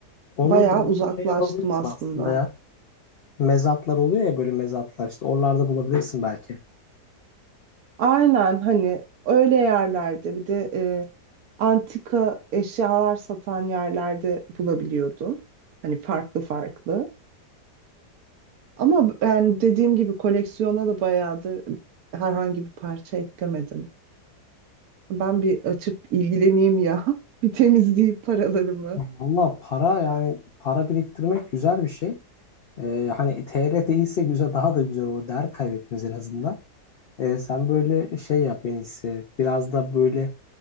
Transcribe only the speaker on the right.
bayağı
uzaklaştım
aslında.
Aynen hani öyle yerlerde bir de e, antika eşyalar satan yerlerde bulabiliyordum. Hani farklı farklı. Ama b- yani dediğim gibi koleksiyona da bayağıdır herhangi bir parça eklemedim. Ben bir açıp ilgileneyim ya. <laughs> Bir temizleyip paralarımı.